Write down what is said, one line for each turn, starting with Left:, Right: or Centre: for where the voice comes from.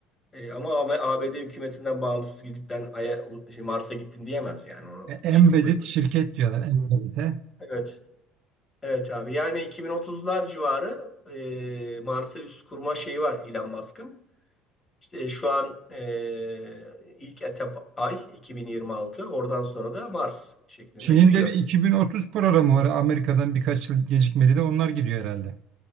Left: E, ama A- ABD hükümetinden bağımsız gidip ben Ay'a, şey, Mars'a gittim diyemez yani. Onu
Right: E, Embedded
Left: şey yapıyor.
Right: şirket diyorlar. Embedded'e.
Left: Evet. Evet abi. Yani 2030'lar civarı e, Mars'a üst kurma şeyi var Elon Musk'ın. İşte şu an e, ilk etap ay 2026. Oradan sonra da Mars şeklinde
Right: Çin'in
Left: gidiyor.
Right: de bir 2030 programı var. Amerika'dan birkaç yıl gecikmeli de onlar gidiyor herhalde.